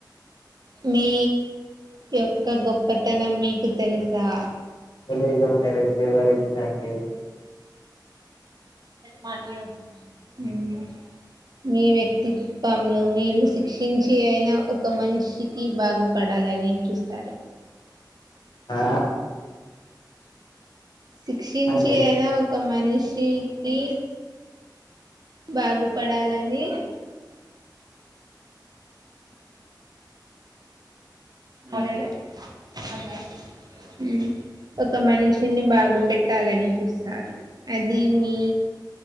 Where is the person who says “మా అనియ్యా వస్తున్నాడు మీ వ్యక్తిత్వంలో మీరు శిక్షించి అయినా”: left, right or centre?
Right